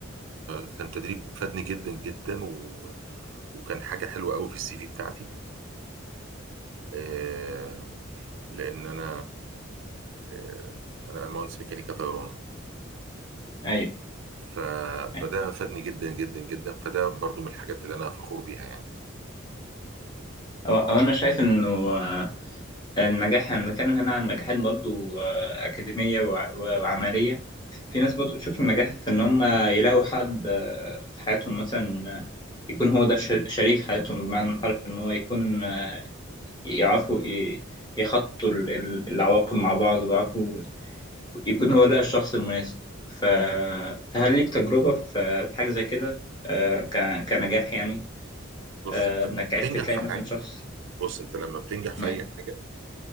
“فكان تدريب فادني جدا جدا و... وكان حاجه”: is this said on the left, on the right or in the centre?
Right